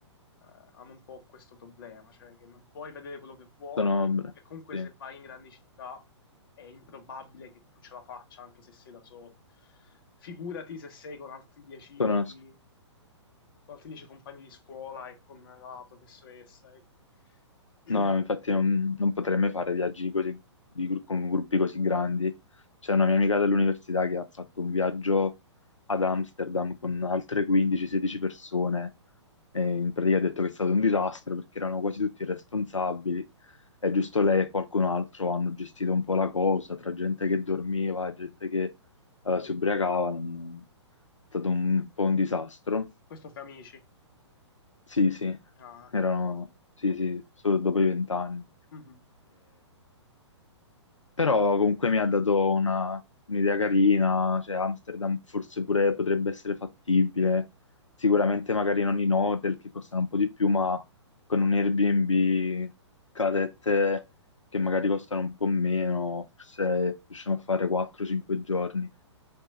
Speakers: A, on the left; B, on the left.
A: eh, hanno un po' questo problema, cioè che non puoi vedere quello che vuoi
B: Sono,
A: e comunque
B: sì,
A: se vai in grandi città è improbabile che tu ce la faccia anche se sei da solo. Figurati se sei con altri dieci,
B: sono-
A: con altri dieci compagni di scuola e con la professoressa. e- <clears throat>
B: no, infatti non, non potrei mai fare viaggi così, di gru- con gruppi così grandi. C'è una mia amica dell'università che ha fatto un viaggio ad Amsterdam con altre 15-16 persone e in pratica ha detto che è stato un disastro perché erano quasi tutti irresponsabili è giusto lei e qualcun altro hanno gestito un po' la cosa, tra gente che dormiva e gente che eh, si ubriacava, non- è stato un po' un disastro.
A: Questo fra amici.
B: Sì, sì,
A: Ah,
B: erano,
A: ah.
B: sì, sì, solo dopo i vent'anni.
A: Mhm.
B: Però comunque mi ha dato una- un'idea carina, cioè Amsterdam forse pure potrebbe essere fattibile, sicuramente magari non in hotel che costano un po' di più, ma con un Airbnb, casette che magari costano un po' meno, forse riusciamo a fare 4-5 giorni.